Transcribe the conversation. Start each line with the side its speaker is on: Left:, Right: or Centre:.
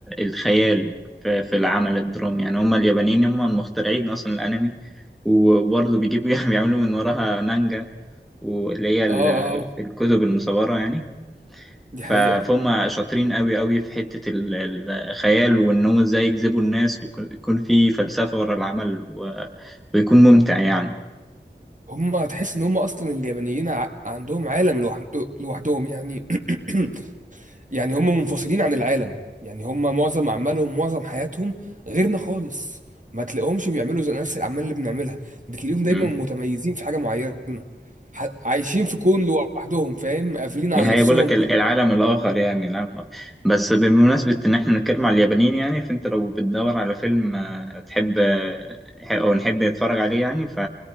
Centre: الخيال في, في العمل الدرامي يعني هما اليابانيين هما المخترعين أصلا الأنمي وبرضه بيجيبوا <laughs> بيعملوا من وراها مانجا واللي هي ال-
Right: آه آه آه،
Centre: الكتب المصورة يعني
Right: دي
Centre: ف-
Right: حقيقة
Centre: فهم شاطرين أوي أوي في حتة ال- الخيال وإن هم إزاي يجذبوا الناس ويكون يكون في فلسفة ورا العمل و- ويكون ممتع يعني
Right: هم تحس إن هم أصلا اليابانيين ع... عندهم عالم لوحد... لوحدهم يعني <clears throat> يعني هم منفصلين عن العالم يعني هم معظم اعمالهم معظم حياتهم غيرنا خالص ما تلاقيهمش بيعملوا زي نفس الاعمال اللي بنعملها بتلاقيهم دايما
Centre: مم.
Right: متميزين في حاجه معينه ح- عايشين في كون لوحدهم فاهم قافلين
Centre: دي
Right: على
Centre: هيقول
Right: نفسهم
Centre: لك ال- العالم الآخر يعني العالم الآخر بس بمناسبة إن إحنا بنتكلم على اليابانيين يعني فأنت لو بتدور على فيلم آه، تحب آه، أو نحب نتفرج عليه يعني ف...